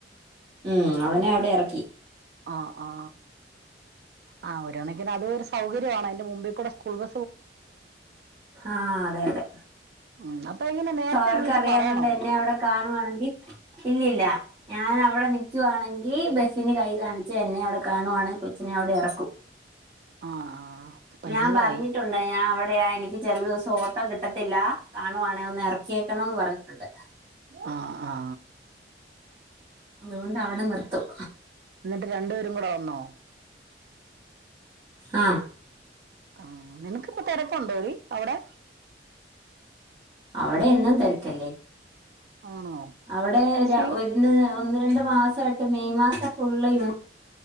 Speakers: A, on the right (about 25°); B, on the right (about 60°).
A: ഉം അവനെ അവിടെ ഇറക്കി
B: ആ ആ ആ ഒരുണക്കിന് അത് ഒരു സൗകര്യമാണ് അതിൻ്റെ മുമ്പിക്കൂടെ സ്കൂൾ ബ
A: ആ അതെ അതെ
B: ഉം എങ്ങനെ
A: അപ്പൊ
B: നേരത്തെ
A: അവർക്ക്
B: വിളിച്ച്
A: അറിയാന്നൊണ്ട്
B: പറയണോ
A: എന്നെ അവിടെ കാണുവാണെങ്കി ഇല്ലില്ല ഞൻ അവിടെ നിക്കുവാണെങ്കി ബസ്സിന് കൈ കാണിച്ച് എന്നെ അവിടെ കാണുവാണെങ്കി കൊച്ചിനെ അവിടെ ഇറക്കും
B: ആഹ് പരിചയായി
A: ഞാൻ പറഞ്ഞിട്ടുണ്ട് ഞാൻ അവിടെയാ എനിക്ക് ചില ദിവസം ഓട്ടോ കിട്ടത്തില്ല കാണുവാണേന്ന് ഇറക്ക കേക്കണംന്ന് പറഞ്ഞിട്ടുണ്ട്
B: ആ ആ
A: അത്കൊണ്ട് അവടെ നിർത്തും
B: എന്നിട്ട് രണ്ടുപേരും കൂടെ വന്നോ
A: ആ
B: ആ നിനക്ക്പ്പ തെരക്കുണ്ടോടി അവടെ
A: അവടെ എന്നും തെരക്കല്ലേ
B: ആണോ
A: അവിടെ
B: സി
A: ഒന്ന് ഒന്ന് രണ്ട് മാസായിട്ട മെയ് മാസം ഫുള്ള് യൂ